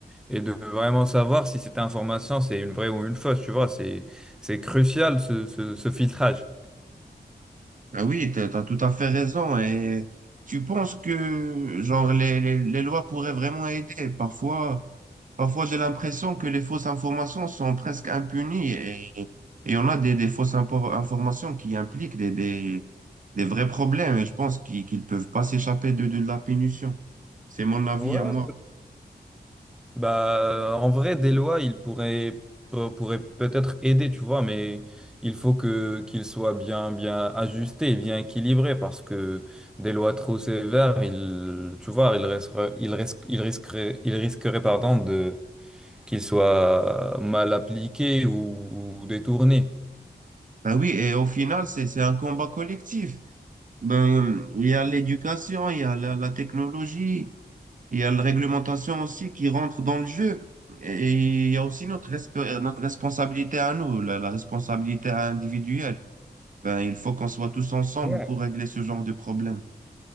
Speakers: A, in the centre; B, on the right.
A: et de vraiment savoir si cette information c'est une vraie ou une fausse, tu vois, c'est c'est crucial ce, ce, ce filtrage.
B: Ah oui, t'as, t'as tout à fait raison. Et tu penses que, genre, les, les, les lois pourraient vraiment aider. Parfois, Parfois, j'ai l'impression que les fausses informations sont presque impunies et, et on a des, des fausses impor- informations qui impliquent des, des, des vrais problèmes et je pense qu'ils qu'ils peuvent pas s'échapper de, de la punition. C'est mon avis
A: Ouais,
B: à
A: ouais.
B: moi.
A: Bah en vrai des lois, ils pourraient pour- pourraient peut-être aider, tu vois, mais il faut que qu'ils soient bien bien ajustés et bien équilibrés parce que des lois trop sévères, ils tu vois, ils risqueraient ils risqueraient ils risqueraient, ils risqueraient pardon de qu'ils soient mal appliqués ou, ou détournés.
B: Ben oui, et au final, c'est, c'est un combat collectif. Ben, il y a l'éducation, il y a la, la technologie, il y a la réglementation aussi qui rentre dans le jeu. Et il y a aussi notre, resp- notre responsabilité à nous, la la responsabilité individuelle. Ben, il faut qu'on soit tous ensemble
A: Ouais.
B: pour régler ce genre de problème.